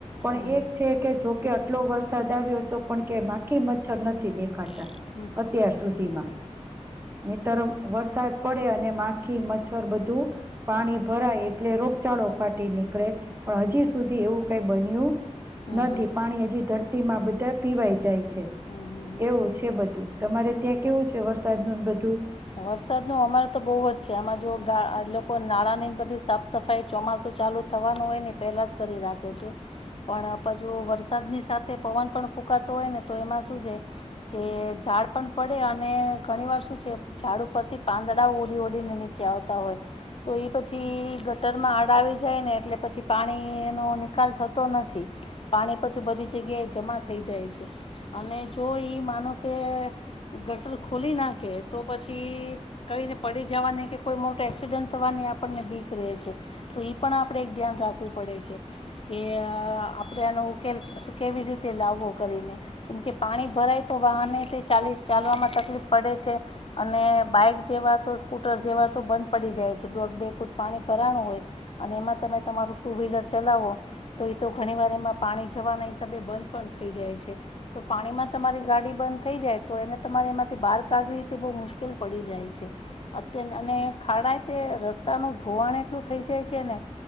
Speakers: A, on the right; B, on the left.
A: પણ
B: હમ હ
A: એક છે કે જો કે આટલો વરસાદ આવ્યો હતો પણ કે માખી મચ્છર નથી
B: નથી
A: દેખાતો
B: હમ
A: અત્યાર સુધીમાં
B: હ એ બંધ થઈ
A: ને
B: હમ હમ હમ
A: તર વરસાદ
B: હમ
A: પડે અને માખી મચ્છર બધું પાણી ભરાય એટલે રોગચાળો ફાટી નીકળે પણ હજી સુધી એવું કઈ બન્યું
B: હમ
A: નથી પાણી હજી ધરતીમાં બધા પીવાઈ જાય છે
B: હમ હમ
A: એવું છે બધું. તમારે ત્યાં કેવું છે વરસાદનું બધું.
B: વરસાદ નો અમર તો બહુ જ છે આમાં જો ગ લોકો નાણાં ની બધી સાફ સફાઈ ચોમાસું ચાલુ. થવાનું હોય ને પહેલા જ કરી રાખે છે. પણ આપા જો વરસાદની સાથે પવન પણ ફૂંકાતો હોય ને તો એમાં શું છે. કે ઝાડ પણ પડે અને ઘણી વાર શું છે. ઝાડુ પરથી પાંદડા ઉડી ઉડીને નીચે આવતા હોય. તો એ પછી ગટરમાં આડ આવી જાય ને એટલે પછી પાણીનો નિકાલ થતો નથી. પાણી પછી બધી જગ્યાએ જમા થઈ જાય છે. અને જો ઈ માનો કે ગટર ખોલી નાખે તો પછી કઈને પડી જવાની કે કોઈ મોટો એક્સિડન્ટ થવાની આપણને બીક રહે છે. તો ઈ પણ આપડે એક ધ્યાન રાખવું પડે છે. કે આપણે આનો ઉકેલ કેવી રીતે લાવવો કરીને. કેમકે પાણી ભરાય તો વાહને તે ચાલી ચાલવામાં તકલીફ પડે છે. અને બાઈક જેવા તો સ્કૂટર જેવા તો બંધ પડી જાય છે દોઢ બે ફૂટ પાણી ભરાણું હોય. અને એમાં તમે તમારું ટુ વ્હીલર ચલાવો. તો એ તો ઘણી વાર એમાં પાણી જવાના હિસાબે બંધ પણ થઈ જાય છે. તો પાણીમાં તમારી ગાડી બંધ થઈ જાય તો એને તમારે એમાંથી બહાર કાઢવી તે બહુ મુશ્કેલ પડી જાય છે. અત્ય અને ખાડા તે રસ્તાનું ધોવાણ એટલું થઈ જાય છે ને.